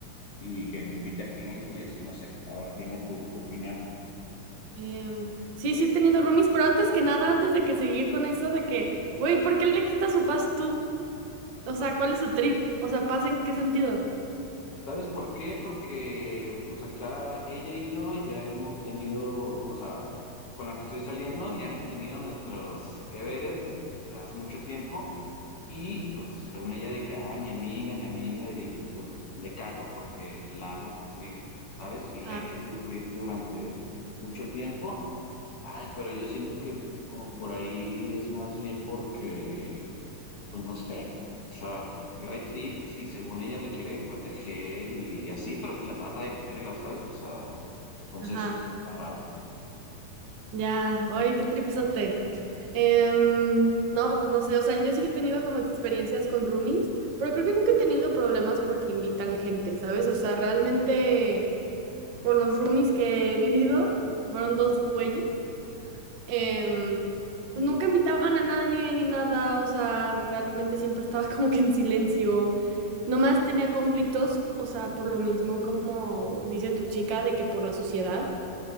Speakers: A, on the left; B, on the right.
A: y que invite a gente y así, no sé. ahora dime tu, tu opinión.
B: Em, sí, sí he tenido roomies, pero antes que nada, antes de que seguir con eso de que, güey, ¿por qué le quitas su paz tú? O sea, ¿cuál es su trip? O sea, ¿paz en qué sentido?
A: ¿Sabes por qué? Porque pues acá ella y yo ya hemos tenido, o sea, con la que estoy saliendo, ya hemos tenido nuestros que veres de hace mucho tiempo y pues según ella de que, ah, mi amiga, mi amiga, y pues le cago porque la hago sufrir, ¿sabes? Y
B: Ah,
A: la he hecho sufrir durante mucho tiempo. Ay, pero yo siento que oh, por ahí es más bien porque Pues no sé, o sea, porque hay trips y según ella la quiere proteger y así, pero pues la trata de la verga, ¿sabes? O sea, entonces,
B: ajá.
A: está raro.
B: Ya, oye, qué tripsote. Em, no, pues no sé, o sea, yo sí he tenido como experiencias con roomies, pero creo que nunca he tenido problemas porque invitan gente, ¿sabes? O sea, realmente con los roomies que he vivido, fueron dos güeyes, em, pues nunca invitaban a nadie ni nada, o sea, realmente siempre estaba <laughs> como que en silencio. Nomás tenía conflictos, o sea, por lo mismo, como dice tu chica, de que por la sociedad.